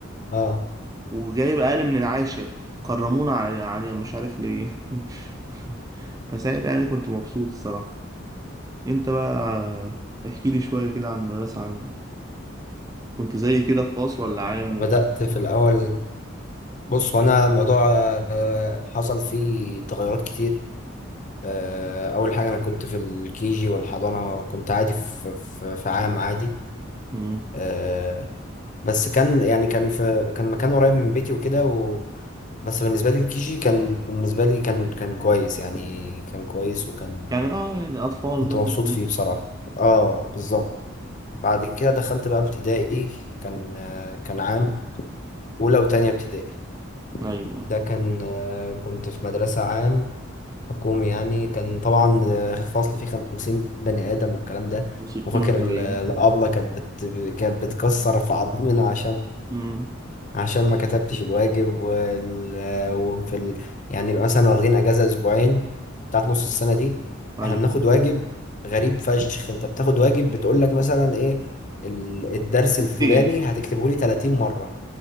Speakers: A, on the left; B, on the right.
A: اه
B: وجايب أقل من العاشر كرمونا على عليها مش عارف ليه <laughs> فساعتها يعني كنت مبسوط الصراحة انت بقى احكي لي شوية كده عن المدرسة عندك كنت زي كده في خاص ولا عام
A: بدأت
B: و...
A: في الأول بص وأنا الموضوع آه، حصل فيه تغيرات كتير آه، أول حاجة أنا كنت في الكيجي والحضانة كنت عادي في, في, في عام عادي
B: مم.
A: آه، بس كان يعني كان في كان مكان قريب من بيتي وكده و... بس بالنسبة لي الكيجي كان بالنسبة لي كان كان كويس يعني كان كويس وكان
B: يعني اه يعني أطفال
A: كنت
B: بقى
A: مبسوط
B: وكده.
A: فيه بصراحة اه بالظبط بعد كده دخلت بقى ابتدائي كان آه، كان عام أولى وتانية ابتدائي
B: أيوه
A: ده كان آه، كنت في مدرسة عام حكومي يعني كان طبعا آه، فصل فيه خمسين بني آدم والكلام ده
B: ستين
A: وفاكر
B: وسبعين
A: ال- الأبلة كانت بت... كانت بتكسر في عظمنا عشان
B: مم.
A: عشان ما كتبتش الواجب وال... وفي ال... يعني يبقى مثلا واخدين اجازه اسبوعين بتاعت نص السنه دي
B: أيوه
A: احنا بناخد واجب غريب فشخ انت بتاخد واجب بتقول لك مثلا ايه ال- الدرس
B: تنتقم
A: الفلاني هتكتبه لي 30 مره